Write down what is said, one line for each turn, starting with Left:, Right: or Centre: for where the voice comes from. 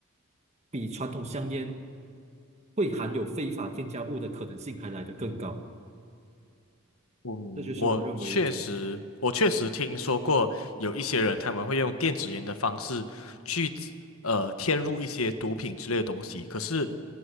Right: 比传统香烟会含有非法添加物的可能性还来得更高。
Left: 嗯，
Right: 这就是我认为
Left: 我确实，我确实听说过有一些人他们会用电子烟的方式去呃添入一些毒品之类的东西，可是